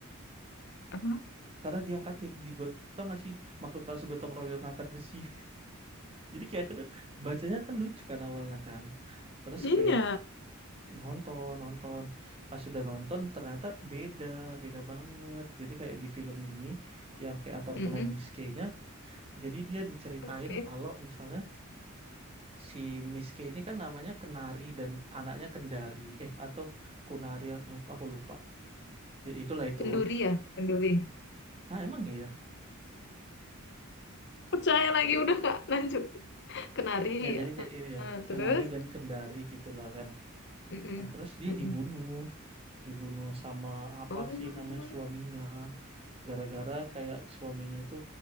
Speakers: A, on the left; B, on the right.
A: Heeh.
B: karena diangkatin di got tau nggak sih makhluk halus gotong royong ngangkat besi. <laughs> Jadi kayak gitu bacanya kan lucu kan awalnya kan. Terus
A: Iya,
B: kayak nonton nonton pas sudah nonton ternyata beda beda banget jadi kayak di film ini yang kayak apartemen
A: Mm-mm.
B: Miss K-nya jadi dia diceritain
A: Oke.
B: kalau misalnya si Miss K ini kan namanya Kenari dan anaknya Kendari eh atau Kunari aku aku lupa ya itulah itu
A: Kenduri ya, kenduri.
B: ah emang iya
A: Percaya lagi udah kak, lanjut. kenari
B: ya jadi kayak iya
A: nah, terus
B: Kenari dan Kendari gitulah kan
A: Mm-mm.
B: nah terus dia
A: Mm-mm.
B: dibunuh dibunuh sama apa
A: oh
B: sih namanya suaminya gara-gara kayak suaminya itu